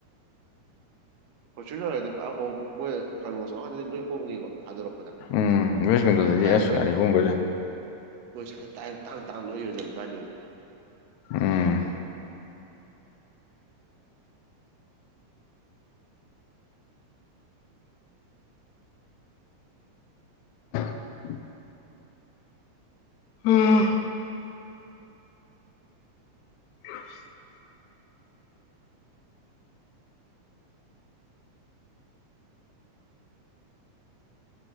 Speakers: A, on the right; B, on the left.
A: ꯐꯣꯔꯆꯨꯅꯔ ꯍꯣꯏꯗꯣ ꯐꯥꯅ ꯍꯣꯢ ꯃꯣꯏ ꯀꯩꯅꯣꯁꯨ ꯑꯁꯣꯟꯗꯗꯤ ꯂꯣꯏ ꯍꯣꯡꯉꯤꯀꯣ ꯊꯥꯗꯣꯔꯛꯄꯗ
B: ꯎꯝ ꯋꯦꯁ ꯕꯦꯡꯒꯜꯗꯗꯤ
A: ꯍꯥꯢ
B: ꯑꯁ
A: ꯃꯣꯏꯅ
B: ꯒꯥꯔꯤ ꯍꯣꯡꯒ꯭ꯔꯦ
A: ꯃꯣꯢ ꯁꯨꯋꯥꯢꯗ ꯇꯥꯡ ꯇꯥꯡ ꯌꯣꯡꯖꯤꯟꯕꯩ ꯋꯥꯅꯦ
B: ꯎꯝ ꯎꯝ <inaudible> ꯎꯝ <unintelligible>